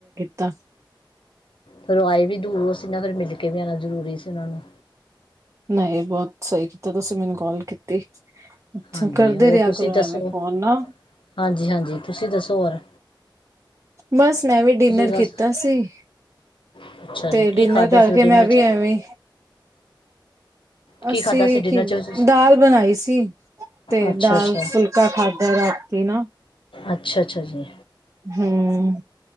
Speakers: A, on the right (about 35°); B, on the left (about 85°).
A: ਤਾ।
B: ਫੇਰ ਉਹ ਆਏ ਵੀ ਦੂਰੋ ਸੀ ਨਾ ਫਿਰ ਮਿਲ ਕੇ ਵੀ ਆਉਨਾ ਜ਼ਰੂਰੀ ਸੀ ਉਹਨਾ ਨੂੰ।
A: ਨਹੀਂ ਬਹੁਤ ਸਹੀ ਕੀਤਾ ਤੁਸੀਂ ਮੈਨੂੰ ਕਾਲ ਕੀਤੀ। ਅੱਛਾ
B: ਹਾਂਜੀ
A: ਕਰਦੇ
B: ਹੋਰ
A: ਰਿਹਾ
B: ਤੁਸੀਂ
A: ਕਰੋ
B: ਦੱਸੋ
A: ਐਵੇਂ ਫੋਨ ਨਾ
B: ਹਾਂਜੀ-ਹਾਂਜੀ ਤੁਸੀਂ ਦੱਸੋ ਹੋਰ।
A: ਬਸ ਮੈਂ ਵੀ ਡਿਨਰ
B: ਤੁਸੀਂ ਬਸ
A: ਕੀਤਾ ਸੀ।
B: ਅੱਛਾ
A: ਤੇ
B: ਜੀ
A: ਡਿਨਰ
B: ਕੀ ਖਾਧਾ
A: ਕਰਕੇ
B: ਸੀ ਡਿਨਰ
A: ਮੈਂ ਵੀ
B: ਚ
A: ਐਵੇਂ
B: ਕੀ
A: ਅਸੀਂ
B: ਖਾਧਾ ਸੀ ਡਿਨਰ
A: ਕੀ
B: ਚ ਤੁਸੀਂ
A: ਦਾਲ ਬਣਾਈ ਸੀ ਤੇ
B: ਅੱਛਾ
A: ਦਾਲ
B: ਅੱਛਾ
A: ਫੁਲਕਾ ਖਾਧਾ ਰਾਤੀ ਨਾ।
B: ਅੱਛਾ-ਅੱਛਾ ਜੀ।
A: ਹਮ